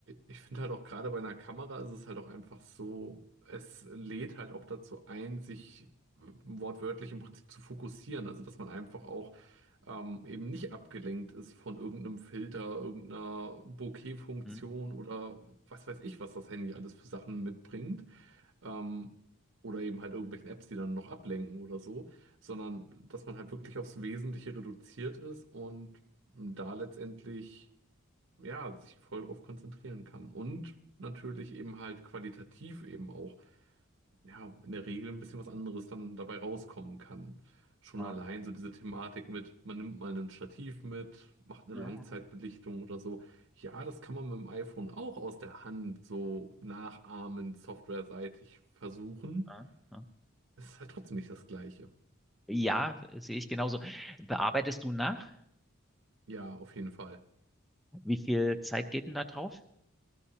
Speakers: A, on the right; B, in the centre.
A: ich finde halt auch gerade bei einer Kamera ist es halt auch einfach so, es lädt halt auch dazu ein, sich äh, wortwörtlich im Prinzip zu fokussieren. Also, dass man einfach auch ähm, eben nicht abgelenkt ist von irgendeinem Filter, irgendeiner Bokeh-Funktion
B: Hm?
A: oder was weiß ich, was das Handy alles für Sachen mitbringt. Ähm, oder eben halt irgendwelchen Apps, die dann noch ablenken oder so, sondern dass man halt wirklich aufs Wesentliche reduziert ist und da letztendlich ja, sich voll drauf konzentrieren kann. Und natürlich eben halt qualitativ eben auch, ja, in der Regel ein bisschen was anderes dann dabei rauskommen kann. Schon
B: Ja,
A: allein so diese Thematik mit, man nimmt mal ein Stativ mit, macht eine
B: ja,
A: Langzeitbelichtung oder so. Ja, das kann man mit dem iPhone auch aus der Hand so nachahmen, softwareseitig versuchen.
B: ja, ja.
A: Es ist halt trotzdem nicht das Gleiche.
B: Ja, sehe ich genauso. Bearbeitest du nach?
A: Ja, auf jeden Fall.
B: Wie viel Zeit geht denn da drauf?